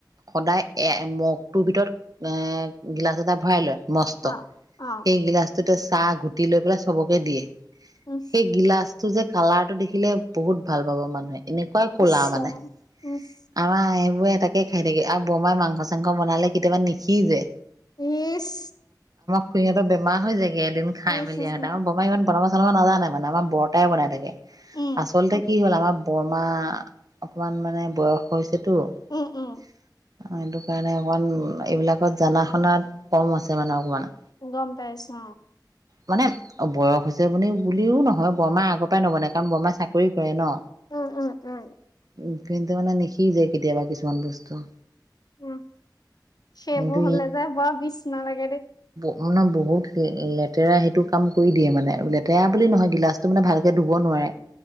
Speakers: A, on the right; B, on the left.
A: সদায় এ মগটোৰ ভিতৰত এ গিলাচ এটা ভৰাই লয় মস্ত
B: অ
A: সেই
B: অ
A: গিলাছটো ত চাহ গুটি লৈ পেলাই চবকে দিয়ে
B: ইচ
A: সেই গিলাস টো যে কালাৰ টো দেখিলে বহুত ভাল পাব মানুহে এনেকুৱাই কলা
B: ইচ ৰাম
A: মানে
B: ইচ
A: অ ব <unintelligible> একে খাই থাকে আৰু বৰমাই মাংস চাংস বনালে কেতিয়াবা নিশিজে
B: ইছ
A: সুহঁত <unintelligible> বেমা হৈ যায় এদিন খাই
B: ইচ
A: মেলি আৰু আৰু বমা ইমান <unintelligible> নাজানে। মানে আমাৰ বৰটাই বনাই থাকে,
B: উম
A: আচলতে কি হ'ল আমাৰ বৰমা অকমান মানে বয়স হৈছে টো। সেইটো
B: হম হম উম উম উম
A: কাৰণে অকণ এইবিলাকত জনা শুনাত কম আছে মানে অকণমান।
B: গম পাইছোঁ অঁ।
A: মানে বয়স হৈছে বুলি বুলিও নহয়, বৰমা আগৰ পৰাই নবনাই কাৰণ বৰমাই চাকৰি কৰে ন।
B: উম উম উম
A: উম্। কিন্তু মানে নি কি যায় কেতিয়াবা কিছুমান বস্তু।
B: উম, সেইবোৰ
A: কিন্তু
B: হলে যে বৰ বিছনা লাগেদে।
A: আৰু নহয় বহুত লেতেৰা সেইটো কাম কৰি দিয়ে মানে, লেতেৰা বুলি নহয় গিলাচটো মানে ভালকে ধুব নোৱাৰে।